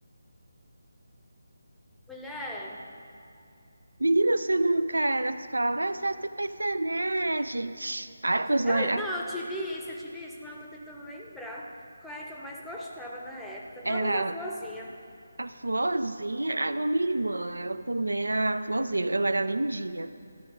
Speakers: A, in the centre; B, on the right.
A: Mulher,
B: Menina, você nunca era, se falava, ah, você é esse personagem. Aí, pois
A: eu,
B: lá, a-
A: não, eu tive isso, eu tive isso, mas eu tô tentando lembrar qual é que eu mais gostava na época. Talvez
B: era
A: a Florzinha.
B: a Florzinha, aí uma minha irmã, eu também é a Florzinha, eu era lindinha.